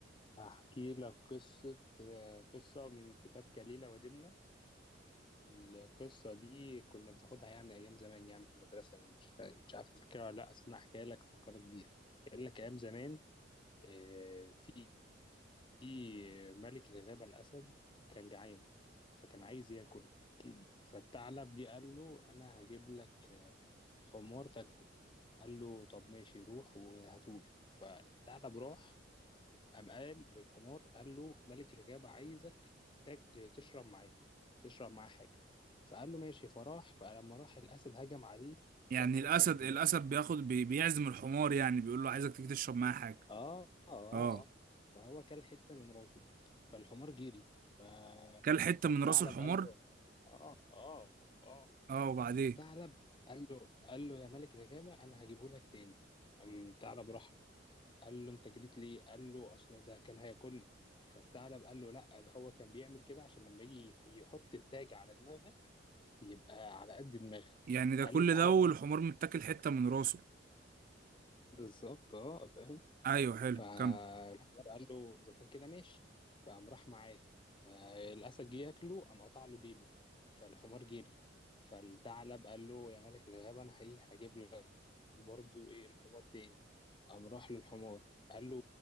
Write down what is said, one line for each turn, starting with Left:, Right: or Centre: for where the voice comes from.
Left: هحكي لك قصه اه، قصه من كتاب كليله ودمنه القصة دي كنا بناخدها يعني أيام زمان يعني في المدرسة أنا مش فا... مش عارف تفكرها ولا لأ أصل أنا هحكيها لك أفكرك بيها قال لك أيام زمان آه، في في ملك الغابة الأسد كان جعان فكان عايز ياكل <clears throat> فالثعلب جه قال له أنا هجيب لك حمار تاكله قال له طب ماشي روح وهاتولي فالثعلب راح قام قال للحمار قال له ملك الغابة عايزك تاك- تشرب معاه تشرب معاه حاجة فقال له ماشي فراح فلما راح الأسد هجم عليه
Right: يعني
Left: كل حتة
Right: الاسد
Left: من دماغه
Right: الاسد بياخد بي- بيعزم الحمار يعني بيقول له عايزك تيجي تشرب معايا حاجه
Left: اه اه
Right: اه
Left: اه فهو كل حتة من راسه فالحمار جري ف...
Right: كل حته
Left: فالثعلب
Right: من راس الحمار
Left: قال له اه اه اه
Right: اه وبعدين
Left: فالثعلب قال له قال له يا ملك الغابة أنا هجيبه لك تاني قام الثعلب راح قال له انت جريت ليه قال له اصل ده كان هياكلني فالثعلب قال له لا ده هو كان بيعمل كده عشان لما يجي يحط التاج على دماغك يبقى على قد دماغك
Right: يعني ده
Left: قال
Right: كل
Left: له تعالى
Right: ده والحمار
Left: بقى
Right: متاكل حته من راسه
Left: بالظبط اه فاهم
Right: ايوه حلو
Left: فالحجار
Right: كمل
Left: قال له اذا كان كده ماشي فقام راح معاه فالاسد جه ياكله قام قطع له ديله فالحمار جري فالثعلب قال له يا ملك الغابه انا حقيقي هجيب لك برضو ايه الحمار تاني قام راح للحمار قال له